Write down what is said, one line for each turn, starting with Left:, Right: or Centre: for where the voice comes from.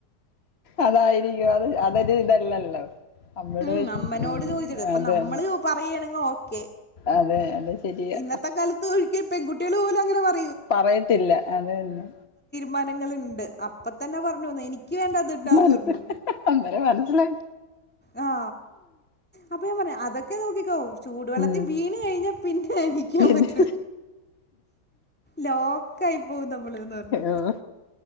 Left: അതായിരിക്കും അത് അതൊരു ഇതല്ലല്ലോ അമ്മയോട്
Centre: ഉം
Left: ചോദിച്ച്
Centre: അമ്മനോട്
Left: ഉം
Centre: ചോദിച്ചത് അപ്പൊ
Left: അത്
Centre: നമ്മള്
Left: തന്നെ
Centre: പറയാണെങ്കിൽ ഓക്കെ
Left: അതെ അത് ശരിയാ
Centre: ഇന്നത്തെ കാലത്ത് ഒഴി പെൺകുട്ടികൾ പോലുമങ്ങനെ പറ
Left: പറയത്തില്ല അതന്നെ
Centre: മനെ ണ്ട് അപ്പൊ തന്നെ പറഞ്ഞു ന്ന് എനിക്ക് വേണ്ടട്ടാന്ന്
Left: മനസ്
Centre: പറഞ്ഞു
Left: അന്നേരം മനസ്സിലായി
Centre: ആ അപ്പൊ ഞാൻ പറയാ അതൊക്കെ നോക്കിക്കോ ചൂടുവെള്ളത്തിൽ
Left: ഉം
Centre: വീണ് കഴിഞ്ഞ പിന്നെ എണീക്കാൻ
Left: പിന്നെ
Centre: പറ്റൂല ലോക്കായി പോകും നമ്മളന്ന് പറഞ്ഞു
Left: ഉം